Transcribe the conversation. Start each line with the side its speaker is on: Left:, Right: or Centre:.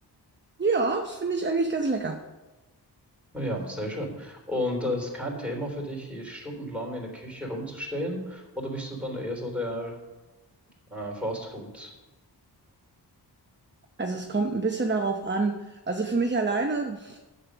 Right: Ja, das finde ich eigentlich ganz lecker.
Centre: Ja, sehr schön. Und äh, ist kein Thema für dich, hier stundenlang in der Küche rumzustehen? Oder bist du dann eher so der äh, Fast-Food-Liebhaber?
Right: Also es kommt ein bisschen darauf an. Also für mich alleine, pf,